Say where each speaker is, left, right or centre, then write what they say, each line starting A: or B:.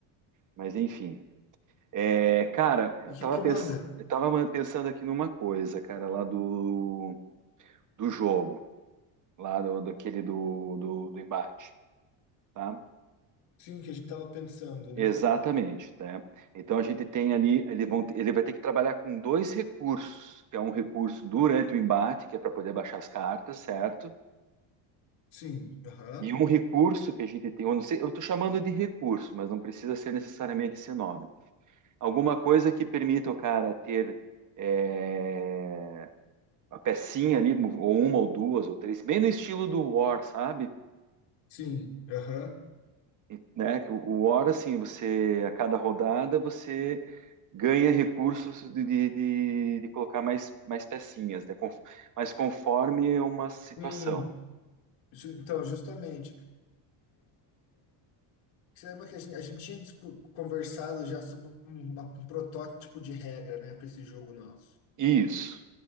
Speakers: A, on the right; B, on the left.
A: mas enfim. É, cara, eu
B: E o
A: tava,
B: que que
A: pens...
B: manda?
A: eu tava man- pensando aqui numa coisa, cara, lá do, do jogo. lá do, daquele do, do, do embate, tá?
B: Sim, que a gente tava pensando, né?
A: Exatamente, tá? Então a gente tem ali, ele, vão, ele vai ter que trabalhar com dois recursos, que é um recurso durante o embate, que é para poder baixar as cartas, certo?
B: Sim, aham.
A: E um recurso que a gente tem, eu não sei, eu estou chamando de recurso, mas não precisa ser necessariamente esse nome. Alguma coisa que permita o cara ter é, a pecinha ali, ou uma ou duas ou três, bem no estilo do War, sabe?
B: Sim, aham.
A: E, né, que o, o War, assim, você, a cada rodada, você ganha recursos de, de, de- de colocar mais, mais pecinhas, né, con- mas conforme uma situação.
B: Sim. Isso- Então, justamente. Você lembra que a gente, a gente tinha discu- conversado já sobre um, uma- um protótipo de regra, né, para esse jogo nosso?
A: Isso.